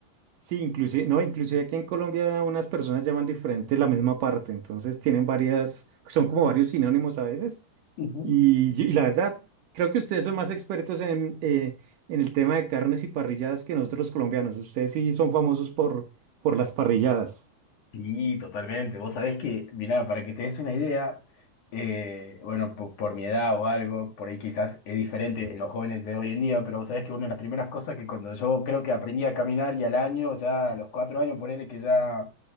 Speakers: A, on the right (about 65°); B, on the left (about 55°).
A: Sí, inclusive, no, inclusive aquí en Colombia unas personas llaman diferente la misma parte, entonces tienen varias, son como varios sinónimos a veces.
B: Ujú.
A: Y, yo- y la verdad, creo que ustedes son más expertos en, eh, en el tema de carnes y parrilladas que nosotros los colombianos. Ustedes sí son famosos por, por las parrilladas.
B: Sí, totalmente. Vos sabés que, mirá, para que te des una idea, eh, bueno, po- por, mi edad o algo, por ahí quizás es diferente en los jóvenes de hoy en día, pero vos sabés que una de las primeras cosas que cuando yo creo que aprendí a caminar y al año, ya a los cuatro años, ponele que ya,